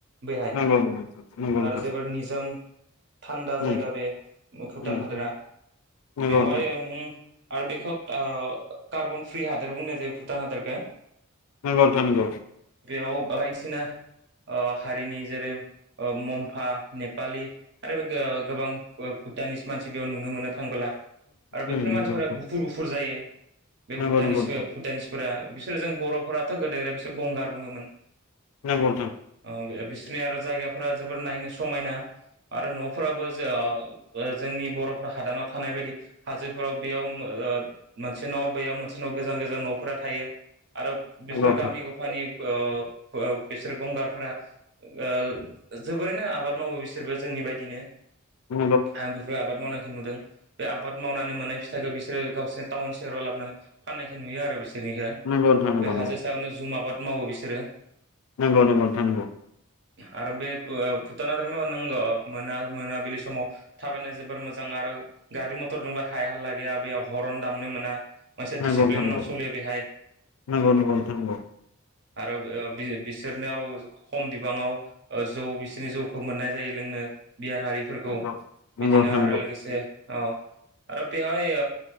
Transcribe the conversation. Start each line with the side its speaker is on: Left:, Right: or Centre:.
Right: बेहाय
Left: नंगौ नंगौ नोंथां
Right: आरो जोबोर निजोम थान्दा
Left: नंगौ
Right: जायगा बे भुटान
Left: नंगौ
Right: हादोरा।
Left: नोंथां
Right: बेवहाय नों आरो बेखौ का कार्बन फ्रि हादोर बुंनाय जायो भुटान हादोरखौ।
Left: नंगौ नोंथां नंगौ
Right: बेयाव बायदिसिना हारिनि जेरै मम्फा नेपालि आरो बे गोबां भुटनिस मानसिखौ नुनो मोनो थांबोला आरो
Left: उम
Right: बेफोर मानसिफोरा
Left: उम
Right: गुफुर गुफुर जायो बे
Left: नंगौ
Right: भुटानिस
Left: नोंथां नंगौ नोंथां
Right: भुटानिसफोरा बिसोरो जों बर'फोराथ' गोदो बिसोर गंगार बुङोमोन
Left: नंगौ
Right: अ <unintelligible> जनि आरो जायगाफोरा जोबोर नायनो समायना आरो न'फोराबो जा जोंनि बर'फोर हादानाव थानाय बायदि हाजोफोराव बेयाव मोनसे न' बेयाव मोनसे न' गोजान गोजान न'फोरा थायो। आरो बिसोर
Left: नोंथां
Right: गामि गफानि ओ ओ बिसोर गंगार फोर ओ जोबोरैनो आबाद मावो बिसोरबो जोंनि बायदिनो
Left: उम
Right: आंबो आबाद माव नुदों बे आबाद मावनानै मोननाय फिथाइखौ बे बिसोरो गावसोर टाउन सहेराव लाबोनानै फाननायखौ नुयो आरो बिसोर नि
Left: नंगौ नोंथां नंगौ
Right: बे हाजो सायावनो जुम आबाद मावो बिसोर <unintelligible>
Left: नंगौ नंगौ नोंथां नंगौ
Right: आर बेे फुतानधोरम नांगौ मोना मोनाबिलि समाव थाबायनाय जोबोर मोजां आरो गारि मथर दंब हाय हालला गैया बेयाव हरन दामनो मोना मोनसे
Left: नंगौ
Right: डिसिप्लिनाव
Left: नोंथां
Right: सोलियो बेहाय
Left: नंगौ नंगौ
Right: आरो बि बिसोर बिसिनाव खम बिबाङाव जौ बिसिरनि जौखौ मोननाय जायो लोंनो। बियार आरारिफोरखौ
Left: नंगौ नंगौ
Right: बिदिनो
Left: नोंथां
Right: आरो
Left: नंगौ
Right: लोगोसे ओआरो बेवहाय